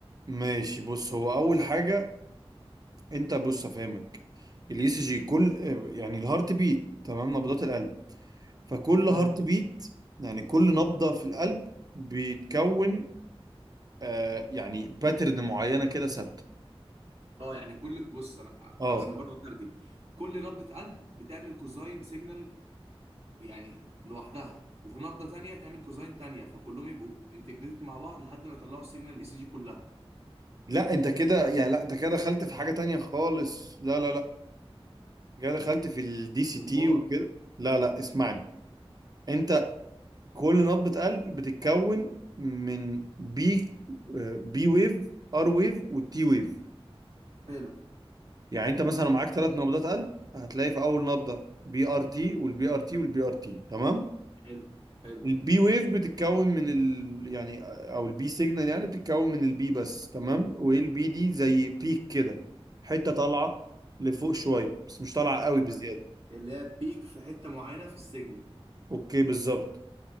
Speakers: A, on the right; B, on the right.
A: ماشي بص هو اول حاجة انت بص افهمك الاي سي جي كل يعني الهارت بيت تمام نبضات القلب فكل هارت
B: امم
A: بيت يعني كل نبضة في القلب بيتكون آه يعني باترن معينة كده ثابتة
B: اه يعني كل بص انا ع-
A: اه
B: عشان برضه اترجم كل نبضه قلب بتعمل كوزاين سيجنال يعني لوحدها وفي نبضه تانية تعمل كوزاين تانية فكلهم يبقوا انتجريتد مع بعض لحد ما يطلعوا السيجنال الاي سي جي كلها
A: لا انت كده يعني لا انت كده دخلت في حاجة تانية خالص لا لا لا انت كده دخلت في الدي سي تي
B: امال
A: وكده لا لا اسمعني انت كل نبضة قلب بتتكون من بي آه، بي ويف ار ويف والتي ويف
B: حلو
A: يعني انت مثلا لو معاك ثلاث نبضات قلب هتلاقي في اول نبضة بي ار تي والبي ار تي والبي ار تي تمام
B: حلو حلو
A: البي ويف بتتكون من ال يعني او البي سيجنال يعني بتتكون من البي بس تمام والبي دي زي بيك كده حته طالعه لفوق شويه بس مش طالعه قوي
B: تمام
A: بزياده
B: اللي هي بيك في حته معينه في السيجنال
A: اوكي بالظبط